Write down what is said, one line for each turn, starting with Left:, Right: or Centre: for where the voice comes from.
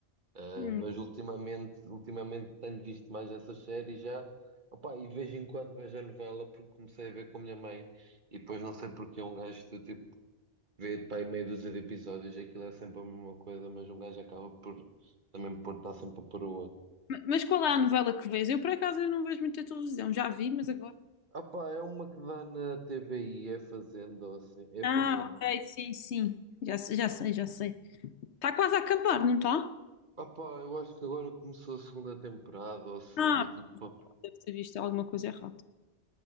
Right: Ah,
Left: Hum.
Right: mas ultimamente, ultimamente tenho visto mais essas séries já. Opá, e de vez em quando vejo a novela porque comecei a ver com a minha mãe e depois não sei porque um gajo do tipo vê pá, aí meia dúzia de episódios, aquilo é sempre a mesma coisa, mas um gajo acaba por também por estar sempre a pôr o outro.
Left: Ma- Mas qual é a novela que vês? Eu, por acaso, eu não vejo muita televisão, já vi, mas agora...
Right: Opá, é uma que dá na TVI, é Fazenda ou assim, é
Left: Ah,
Right: Fazenda.
Left: ok, sim, sim, já, se- já sei, já sei. Está quase a acabar, não está?
Right: Opá, eu acho que agora começou a segunda temporada ou assim,
Left: Ah,
Right: do tipo.
Left: deve ter visto alguma coisa errada.